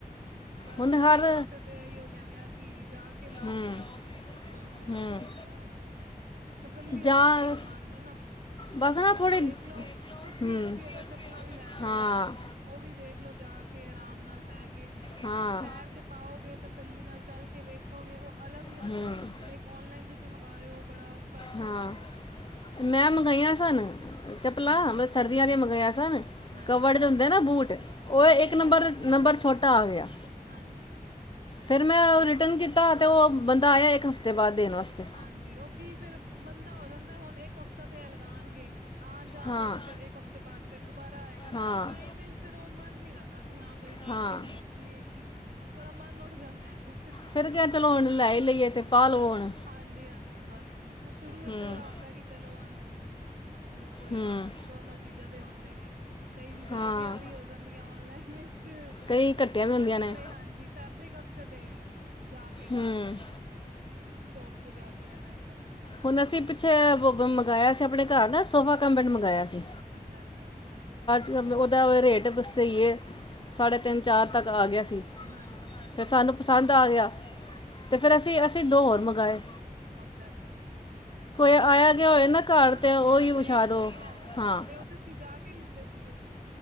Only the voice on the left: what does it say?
ਹੁਣ
ਹਰ
ਹਮ
ਹਮ
ਜਾਂ
ਬਸ
ਨਾ
ਥੋੜ੍ਹੇ
ਹਮ
ਹਾਂ
ਹਾਂ
ਹਮ
ਹਾਂ,
ਮੈਂ ਮੰਗਾਈਆਂ ਸਨ। ਚੱਪਲਾਂ ਮੈ ਸਰਦੀਆਂ
ਦੀ ਮੰਗਾਈਆਂ
ਸਨ।
ਕਵਰਡ ਦੇ ਹੁੰਦੇ ਨਾ ਬੂਟ ਓ
ਇੱਕ
ਨੰਬਰ
ਨੰਬਰ ਛੋਟਾ ਆ ਗਿਆ।
ਫਿਰ ਮੈਂ ਓ ਰਿਟਰਨ ਕੀਤਾ ਤੇ ਓ ਬੰਦਾ ਆਇਆ ਇੱਕ ਹਫ਼ਤੇ ਬਾਅਦ ਦੇਣ ਵਾਸਤੇ।
ਹਾਂ
ਹਾਂ
ਹਾਂ
ਫਿਰਦੇ ਆ ਚਲੋ ਹੁਨ ਲੈ ਈ ਲਈਏ ਤੇ ਪਾ ਲੋ ਹੁਨ।
ਹੂੰ
ਹੂੰ
ਹਾਂ
ਕਈ
ਘੱਟੀਆਂ ਵੀ ਹੁੰਦੀਆਂ
ਨੇ
ਹੂੰ
ਹੁਣ ਅਸੀਂ ਛੇ ਵੋ ਬ ਮੰਗਾਇਆ ਸੀ ਅਪਣੇ ਘਰ ਨਾ, ਸੋਫਾ ਕਮ ਬੈਡ ਮੰਗਾਇਆ ਸੀ।
ਗਮ ਓਦਾ ਰੇਟ ਫਿਰ ਸਈ ਐ, ਸਾਢੇ ਤਿੰਨ-ਚਾਰ ਤੱਕ ਆ ਗਿਆ ਸੀ।
ਫੇਰ ਸਾਨੂੰ ਪਸੰਦ ਆ ਗਿਆ, ਤੇ ਫੇਰ ਅਸੀਂ ਅਸੀਂ ਦੋ ਹੋਰ ਮੰਗਾਏ।
ਆਇਆ
ਗਿਆ ਹੋਏ ਨਾ ਘਰ
ਤੇ ਉਹੀ
ਵਿਛਾ
ਦੋ
ਹਾਂ